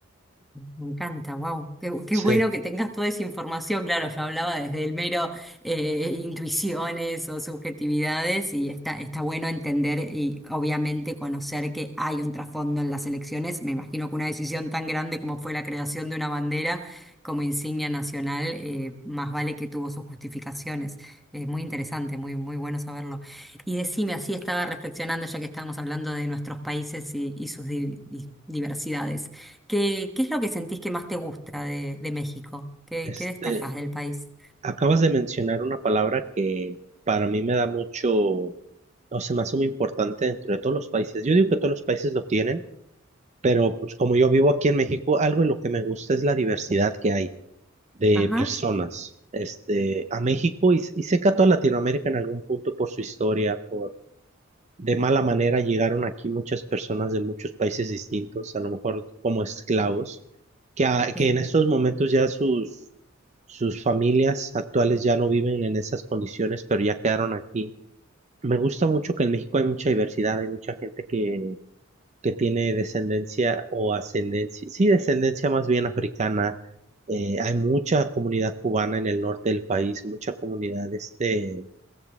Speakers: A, in the centre; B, on the right (about 35°).
A: Me encanta, wow. Qué, qué
B: Sí,
A: bueno que tengas toda esa información. Claro, yo hablaba desde el mero eh, intuiciones o subjetividades y está, está bueno entender y obviamente conocer que hay un trasfondo en las elecciones. Me imagino que una decisión tan grande como fue la creación de una bandera como insignia nacional, eh, más vale que tuvo sus justificaciones. Es muy interesante, muy, muy bueno saberlo. Y decime, así estaba reflexionando ya que estábamos hablando de nuestros países y, y sus di- di- diversidades. ¿Qué, qué es lo que sentís que más te gusta de, de México? ¿Qué,
B: este,
A: qué destacás del país?
B: Acabas de mencionar una palabra que para mí me da mucho, o se me hace muy importante dentro de todos los países. Yo digo que todos los países lo tienen, pero pues como yo vivo aquí en México, algo de lo que me gusta es la diversidad que hay de
A: Ajá,
B: personas. Este, a México y, y sé que a toda Latinoamérica en algún punto por su historia, por de mala manera llegaron aquí muchas personas de muchos países distintos, a lo mejor como esclavos, que, a-
A: sí,
B: que en estos momentos ya sus, sus familias actuales ya no viven en esas condiciones, pero ya quedaron aquí. Me gusta mucho que en México hay mucha diversidad, hay mucha gente que, que tiene descendencia o ascendencia, sí, descendencia más bien africana. Eh, hay mucha comunidad cubana en el norte del país, mucha comunidad este,